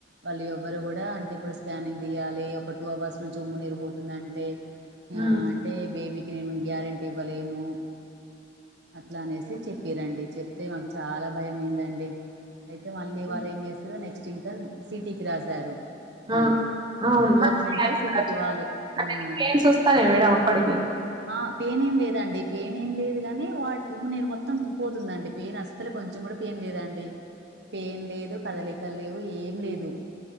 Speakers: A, on the right; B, on the right.
A: వాళ్ళు ఎవ్వరు గుడా అంటే ఇప్పుడు స్కానింగ్ దీయాలి ఒక టూ అవర్స్ నుంచి ఉమ్ము నీరు పోతుంది <unintelligible> అంటే
B: ఉమ్,
A: ఆ అంటే బేబీకి మేము గ్యారెంటీ ఇవ్వలేము అట్లా అనేసి
B: అదే
A: చెప్పిరండి చెప్తే మాకు చాలా భయం అయిందండి అయితే మళ్ళీ
B: ఉమ్,
A: వాళ్ళ ఏం చేస్ ఇగ నెక్స్ట్ ఇంకా సిటీకి రాసారు మళ్ళీ
B: ఆ అవును
A: గవర్నమెంటే
B: మరి స్కానింగ్
A: సిటీకి వాళ్ళు
B: అంటే
A: మ్మ్
B: మీకు పెయిన్స్ వస్తానయా మేడం అప్పడికి
A: ఆ పేయిన్ ఏం లేదండి పేయిన్ ఏం లేదు కానీ వాటి ఉమ్మ నీరు మొత్తం పోతుందండి పెయిన్ అస్తలే కొంచెం కూడా పెయిన్ లేదండి పెయిన్ లేదు కదలికలు లేవు ఏం లేదు